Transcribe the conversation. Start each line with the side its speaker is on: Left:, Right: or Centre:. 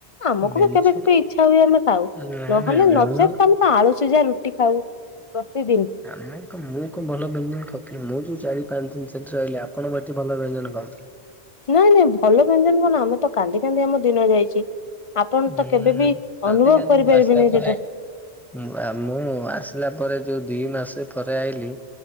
Left: ଆମକୁ
Centre: ବେଲଝ
Left: ବି କେବେେ ଇଚ୍ଛା ହୁଏ ଆମେ ଖାଉ
Centre: ନାଇଁ
Left: ନହେଲେ
Centre: ନାଇଁ ବେଉଳ
Left: ନଚେତ୍ ତମେ ତ ଆଳୁ ସି ଯା ରୁଟି ଖାଉ ପ୍ରତିଦିନ।
Centre: ଆମେ ତ ମୁଁ କଣ ଭଲ ବ୍ୟଞ୍ଜନ ଖଉଥିଲି ମୁଁ ଯୋଉ ଚାରି ପାଞ୍ଚ ଦିନ ସେଠି ରହିଲି ଆପଣ ଏଠି ଭଲ ବ୍ୟଞ୍ଜନ ପାଉୁଥିଲି।
Left: ନାଇଁ ନାଇଁ ଭଲ ବ୍ୟଞ୍ଜନ କରନ ଆମେ ତ କାନ୍ଦି କାନ୍ଦି ଆମ ଦିନ ଯାଇଛି। ଆପଣ
Centre: ହୁଁମ
Left: ତ କେବେ ବି
Centre: କାନ୍ଦି
Left: ଅନୁଭବ
Centre: କାନ୍ଦି
Left: କରିପାରିବେନି
Centre: ମୁଁ ଆସିଲା ପରେ
Left: ସେଟା।
Centre: ମୁଁ ଆମ ମୁଁ ଆସିଲା ପରେ ଯୋଉ ଦି ମାସ ପରେ ଆଇିଲ